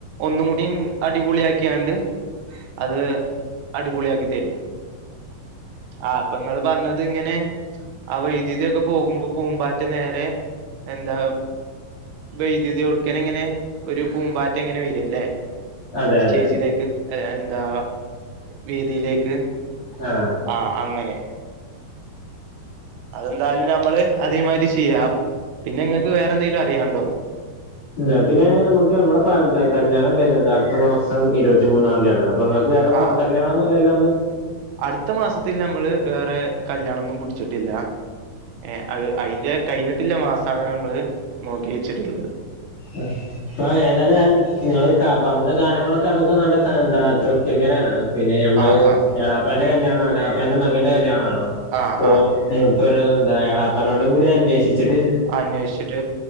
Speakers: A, on the right; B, on the left.
A: ഒന്നും കൂടിം അടിപൊളിയാക്കിയാണ്ട് അത് അടിപൊളിയാക്കി തെരും ആ പ്പൊങ്ങള് പറഞ്ഞത്ങ്ങനെ അ വൈദ്യുതിക്കെ പോകുമ്പോ പൂമ്പാറ്റ നേരെ എന്താ വൈദ്യുത്യോട്ക്കനങ്ങനെ ഒരു പൂമ്പാറ്റങ്ങനെ വെര ല്ലെ
B: അതെ
A: സ്റ്റേജിലേക്ക്
B: അതെ
A: എന്താ വേദിയിലേക്ക്
B: ആഹ്
A: ആ അങ്ങനെ അതെന്തായാലും ഞമ്മള് അതേമാരി ചെയ്യാ പിന്നെ ങ്ങക്ക് വേറെന്തെങ്കിലും അറിയാണ്ടോ
B: ഇല്ല പിന്നെ നമ്മക്ക് നമ്മടെ പ കല്യാണം വെര്ണത് അട്ത്ത മാസം ഇരുപത്തിമൂന്നാന്തിയാണ് അപ്പൊ ങ്ങ വേറെ പ
A: ആ
B: കല്യാണൊന്നുല്ലല്ലോ അന്ന്
A: അടുത്ത മാസത്തിൽ നമ്മള് വേറെ കല്യാണൊന്നും പുടിച്ച്ട്ടില്ല ഏ അത് അയ്ന്റെ കയ്ഞ്ഞിട്ടില്ല മാസാണ് നമ്മള് നോക്ക്യേച്ച്ട്ട്ള്ളത്
B: അ പ്പ ഏതായാലും ങ്ങള് പറഞ്ഞ കാര്യങ്ങളൊക്കെ നമ്മക്ക് നല്ല ന്താ തൃപ്തികരാണ് പിന്നെ ഞമ്മള്
A: ആ ആ
B: എളാപ്പാന്റെ കല്യാണം എളാപ്പാന്റെ മകന്റെ കല്യാണല്ലോ
A: ആ
B: ഇപ്പൊ
A: ആ
B: മുപ്പര് ന്താ എളാപ്പാനോടും കൂടി അന്വേഷിച്ചിട്ട്
A: അന്വേഷിച്ചിട്ട്